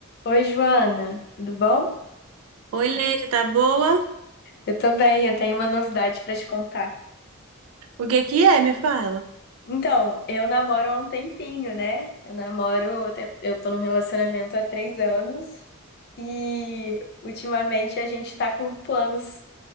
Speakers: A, on the left; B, on the right.
A: Oi, Joana, tudo bom?
B: Oi, Leite, tá boa?
A: Eu tô bem, eu tenho uma novidade pra te contar.
B: O que que é? Me fala.
A: Então, eu namoro há um tempinho, né? Eu namoro, eu te- eu tô num relacionamento há três anos e ultimamente a gente tá com planos